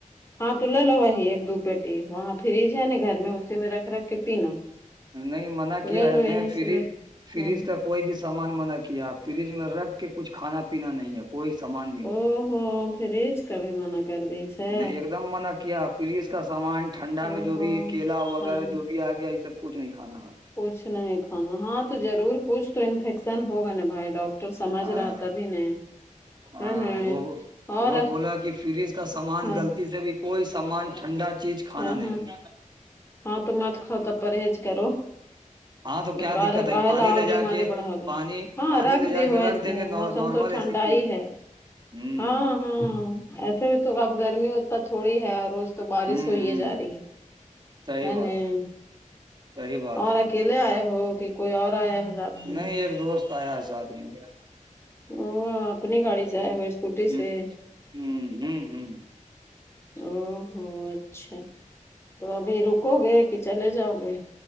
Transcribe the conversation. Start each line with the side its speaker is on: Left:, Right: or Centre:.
Left: ہاں تو لے لو وہی ایک دو پیٹی وہاں فریج ہے نا گھر میں اسی میں رکھ رکھ کے پینا
Right: نہیں منع کیا
Left: لے لو
Right: ہے
Left: یہیں
Right: نا فریج
Left: سے لے کے۔
Right: فریج
Left: ہوں
Right: تک کوئی بھی سامان منع کیا فریج میں رکھ کے کچھ کھانا پینا نہیں ہے کوئی سمان
Left: او ہوو فریج کا بھیھی منع کر دیسے
Right: نے ایک دم منع کیا فریج کا سامان ٹھنڈا
Left: او
Right: میں جو
Left: ہو
Right: بھی کیلا وغیرہ
Left: ٹھنڈ
Right: جو بھی آگ سب کچھ نہیں کانا
Left: کچھ نہیں کھانا ہاں تو ظرور کچھ تو انفیکشن ہوگا نا بھائی ڈاکٹر سمجھ
Right: ہاں
Left: رہاتا بھی نہیں
Right: ہاں
Left: ہے نہیں
Right: وہ
Left: اور
Right: وہ بولا کہ فریج کا سامان
Left: ہاں
Right: غلط سے بھی کوئی سامان ٹھنڈا چیز کھانا
Left: ہاں ہاں
Right: نہیں ہے
Left: ہاں تو مت خا تو پرہز کرو
Right: ہاں تو
Left: بیکار
Right: کیا دقت
Left: ہے کا
Right: پانی
Left: ل اور
Right: لے
Left: بیماری
Right: جا کے
Left: بڑھا گئے
Right: پانی
Left: ہاں
Right: پانی
Left: رکھ
Right: لے جا
Left: دی ہو
Right: کے
Left: ایسے
Right: رکھ دیں
Left: ہی
Right: گے نارمل
Left: موسم موسم تو ٹھنڈا
Right: اے سی پیئیں
Left: ہی ہے
Right: گے ہوں
Left: ہاں ہاں ایسے بھی تو اب گرمی ہوتا تھوڑی ہے روز تو بارش
Right: ہوں
Left: چوئیے
Right: ہوں
Left: جا رہی
Right: صحیح
Left: ہے
Right: بات
Left: ن
Right: صحیح بات
Left: اور
Right: ہے
Left: اکیل پے آئے ہو کہ کوئی اور آیا میں
Right: نہیں ایک دوست آیا ہے ساتھ میں
Left: او اپنی گاڑی سے آئے ہوئے اسکوٹی
Right: ہ
Left: سے
Right: ہ ہ ہ
Left: او ہوو اچھا تو ابھی رکو گے کہ چلے جاؤ گے